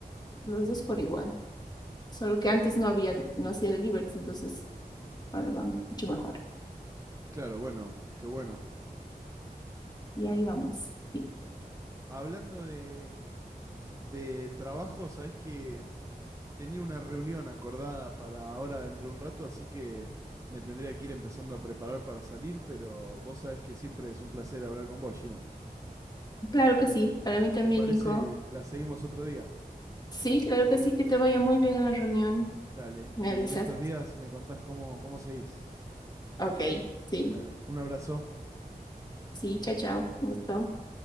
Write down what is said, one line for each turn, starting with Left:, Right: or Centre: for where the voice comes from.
Left: los dos por igual. Solo que antes no había, no hacía deliveries, entonces ahora va mucho mejor.
Right: Claro, bueno, qué bueno.
Left: Y ahí vamos. Sí.
Right: Hablando de, de trabajo, ¿sabés que Tenía una reunión acordada para ahora dentro de un rato, así que me tendría que ir empezando a preparar para salir, pero vos sabés que siempre es un placer hablar con vos, Gina.
Left: Claro que sí, para mí
Right: Si
Left: también,
Right: te parece,
Left: Nico.
Right: la seguimos otro día.
Left: Sí, claro que sí, que te vaya muy bien en la reunión.
Right: Dale,
Left: Me
Right: y
Left: avisas.
Right: en estos días me contás cómo, cómo seguís.
Left: Ok, sí,
Right: Dale, un abrazo.
Left: sí, chao, chao. Un gusto.